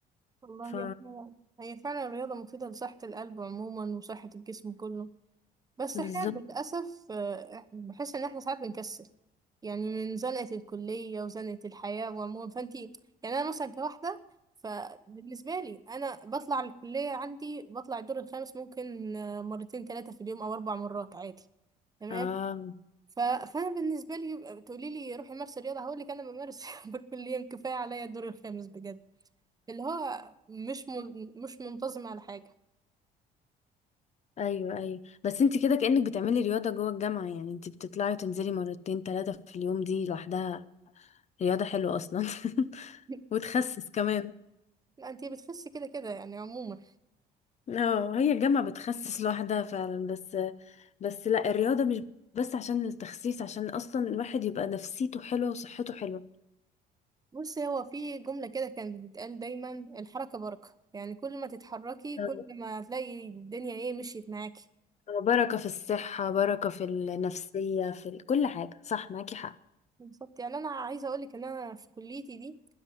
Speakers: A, on the right; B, on the left.
A: والله
B: ف
A: هي فعلا هي فعلا الرياضة مفيدة لصحة القلب عموما وصحة الجسم كله بس
B: بالظبط
A: احنا للأسف آه، بحس ان احنا ساعات بنكسل يعني من زنقة الكلية وزنقة الحياة وعموما فانتي يعني انا مثلا كواحدة فبالنسبة لي انا بطلع الكلية عندي بطلع الدور الخامس ممكن آه، مرتين ثلاثة في اليوم او اربع مرات عادي تمام
B: اه
A: ف... فانا بالنسبة لي تقولي لي روحي مارسي رياضة هقول لك انا بمارس <laughs> بالكلية كفاية عليا الدور الخامس بجد اللي هو مش م... مش منتظم على حاجة
B: ايوه ايوه بس انت كده كأنك بتعملي رياضة جوه الجامعة يعني انت بتطلعي تنزلي مرتين ثلاثة في اليوم دي لوحدها رياضة حلوة اصلا <laughs>
A: <laughs>
B: وتخسس
A: بالظبط.
B: كمان
A: لا انتي بتخسي كده كده يعني عموما
B: اه هي الجامعة بتخسس لوحدها فعلا بس بس لا الرياضة مش بس عشان التخسيس عشان اصلا الواحد يبقى نفسيته حلوة وصحته حلوة
A: بص هو في جملة كده كانت بتتقال دايما الحركة بركة يعني كل ما تتحركي
B: آه،
A: كل ما هتلاقي الدنيا ايه مشيت معاكي
B: آه، بركة في الصحة بركة في النفسية في ال- كل حاجة صح معاكي حق
A: بالظبط يعني انا عايزة اقولك ان انا في كليتي دي